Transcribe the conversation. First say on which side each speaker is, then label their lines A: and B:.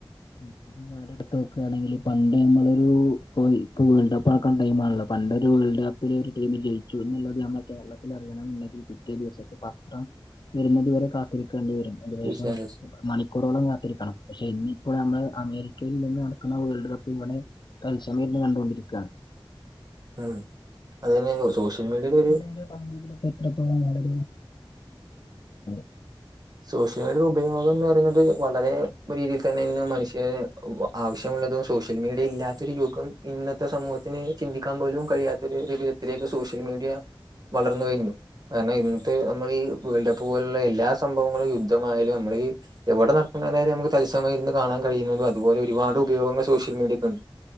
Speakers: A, on the left; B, on the right.
A: <unintelligible> എടുത്ത് നോക്കാണെങ്കില് പണ്ട് നമ്മളൊരു ഇപ്പോ ഈ വേൾഡ് കപ്പ് നടക്കണ്ട ടൈം ആണല്ലോ പണ്ട് ഒരു വേൾഡ് കപ്പ് ഏതേലൊരു ടീമ് ജയിച്ചുന്നുള്ളത് നമ്മൾ കേരളത്തിൽ അറിയണം എന്നുണ്ടെങ്കിൽ പിറ്റേ ദിവസത്തെ പത്രം വെരുന്നതു വരെ കാത്തിരിക്കേണ്ടി വരും ഏകദേശം
B: തീർച്ചയായും തീർച്ചയായും
A: മണിക്കൂറോളം കാത്തിരിക്കണം പക്ഷെ ഇന്നിപ്പോള് നമ്മള് അമേരിക്കയിൽ നിന്ന് നടക്കുന്ന വേൾഡ് കപ്പ് ഇവിടെ തത്സസമയം ഇരുന്ന് കണ്ടോണ്ടിരിക്കാണ്.
B: ഉം അത് തന്നെ സോഷ്യൽ മീഡിയൽ ഒരു
A: <unintelligible> എത്രത്തോളം വളരുന്നു <unintelligible>
B: സോഷ്യൽ മീഡിയേടെ ഉപ് ഉപയോഗം എന്ന് പറയുന്നത് വളരെ രീതിയിൽ തന്നെ ഇന്ന് മനുഷ്യർ ആവശ്യമുള്ളതും സോഷ്യൽ മീഡിയ ഇല്ലാത്തൊരു യുഗം ഇന്നത്തെ സമൂഹത്തിന് ചിന്തിക്കാൻ പോലും കഴിയാത്തൊര് രീതി ത്തിലേക്ക് സോഷ്യൽ മീഡിയാ വളർന്ന് കഴിഞ്ഞു കാരണം ഇന്നത്തെ നമ്മൾ ഈ വേൾഡ് കപ്പ് പോലുള്ള എല്ലാ സ് സംഭവങ്ങളും യുദ്ധമായാലും നമ്മളീ എവിടെ നടക്കണ്ടാലും നമുക്ക് തത്സമയ ഇരുന്ന് കാണാൻ കഴിയുന്നതും അതുപോലെ ഒരുപാട് ഉപയോഗങ്ങൾ സോഷ്യൽ മീഡിയക്ക് ഇണ്ട്